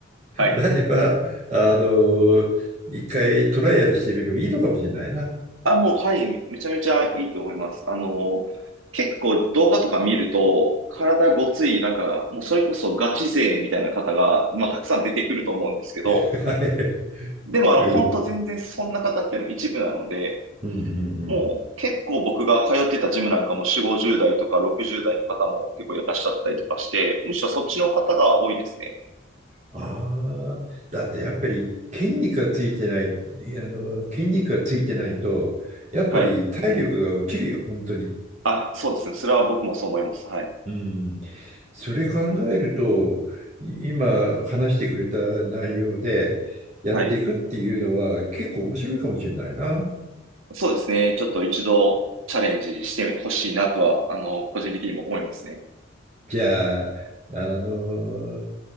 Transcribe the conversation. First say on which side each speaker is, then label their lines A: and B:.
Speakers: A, on the right (about 85°); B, on the right (about 40°).
A: はい。
B: なれば、あの、一回トライアルしてみるのいいのかもしれないな。
A: あ、もう、はい。めちゃめちゃいいと思います。あの、結構動画とか見ると、体ごつい、なんか、もうそれこそガチ勢みたいな方が、まあ、たくさん出てくると思うんですけど、
B: <laughs> はい。
A: でも、あの、
B: うん。
A: 本当全然そんな方っていうのは一部なので、
B: うんうんう
A: もう結構僕が通ってたジムなんかも4、
B: ん。
A: 50代とか60代の方も結構いらっしゃったりとかして、むしろそっちの方が多いですね。
B: ああ、だってやっぱり筋肉がついてない、あの、筋肉がついてないと、やっぱり体力が落ちるよ、
A: はい。
B: 本当に。
A: あ、そうですね。それは僕もそう思います。はい。
B: うん。それ考えると、い今話してくれた内容でやっていくっていうのは結構面白いかもしれないな。
A: はい。そうですね。ちょっと一度チャレンジしてほしいなとは、あの、個人的にも思いますね。
B: じゃあ、あのー